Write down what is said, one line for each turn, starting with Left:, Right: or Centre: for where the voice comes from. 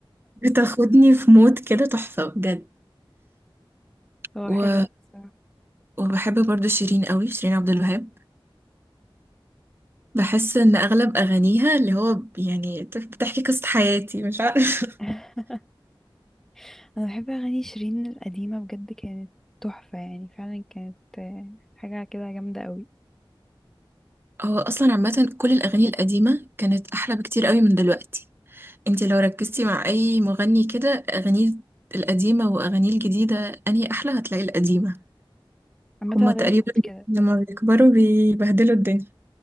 Right: بتاخدني في مود كده تحفة بجد
Centre: <laughs> هو
Right: و...
Centre: حلو اوي الصراحة
Right: وبحب برضو شيرين قوي شيرين عبد الوهاب بحس إن أغلب أغانيها اللي هو ب- يعني بت- بتحكي قصة حياتي مش عارفة
Centre: <laughs> انا بحب اغاني شيرين القديمة بجد كانت تحفة يعني فعلا كانت آه، حاجة كده جامدة قوي
Right: <laughs> هو أصلا عامة كل الأغاني القديمة كانت أحلى بكتير قوي من دلوقتي انتي لو ركزتي مع أي مغني كده أغانيه القديمة وأغانيه الجديدة أنهي أحلى هتلاقي القديمة
Centre: عامة
Right: هما
Centre: انا
Right: تقريبا
Centre: دايما بقول كده
Right: لما بيكبروا بيبهدلوا الدنيا